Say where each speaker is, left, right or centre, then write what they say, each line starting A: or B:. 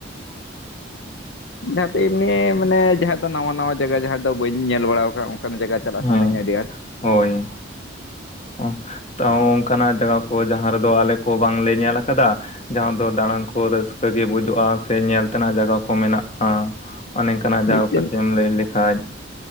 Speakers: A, on the left (about 35°); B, on the left (about 65°).
A: <inaudible>
B: ᱡᱟᱦᱟ ᱛᱮ ᱮᱢᱱᱤ ᱢᱟᱱᱮ ᱡᱟᱦᱟ ᱫᱚ ᱱᱟᱣᱟ ᱱᱟᱣᱟ ᱡᱟᱭᱜᱟ ᱡᱟᱦᱟ ᱫᱚ ᱵᱟᱹᱧ ᱧᱮᱞ ᱵᱟᱲᱟ ᱟᱠᱟᱫᱟ ᱾ ᱚᱱᱠᱟ ᱱᱟᱸᱜ ᱡᱟᱭᱜᱟ ᱪᱟᱞᱟᱜ
A: ᱦᱮᱸ
B: ᱥᱟᱱᱟᱧᱟ ᱟᱹᱰᱤ ᱟᱸᱴ ᱾
A: ᱦᱳᱭ ᱾ ᱚ ᱛᱟᱹᱣ ᱚᱱᱠᱟ ᱱᱟᱸᱜ ᱡᱟᱭᱜᱟ ᱠᱚ ᱡᱟᱦᱟ ᱨᱮᱫᱚ ᱟᱞᱮ ᱠᱚ ᱵᱟᱝ ᱞᱮ ᱧᱮᱞ ᱟᱠᱟᱫᱟ ᱡᱟᱦᱟ ᱫᱚ ᱫᱟᱲᱟᱱ ᱠᱚ ᱨᱟᱹᱥᱠᱟᱹ ᱜᱮ ᱵᱩᱡᱩᱜᱼᱟ ᱥᱮ ᱧᱮᱞ ᱛᱮ ᱱᱟᱸᱜ ᱡᱟᱭᱜᱟ ᱠᱚ ᱢᱮᱱᱟᱜᱼᱟ, <unintelligible> ᱠᱟᱱᱟᱜ ᱡᱟᱭᱜᱟ
B: ᱢᱤᱫᱴᱮᱱ
A: ᱠᱚ ᱠᱟᱹᱴᱤᱡ ᱮᱢ ᱞᱟᱹᱭ ᱞᱮᱠᱷᱟᱡ,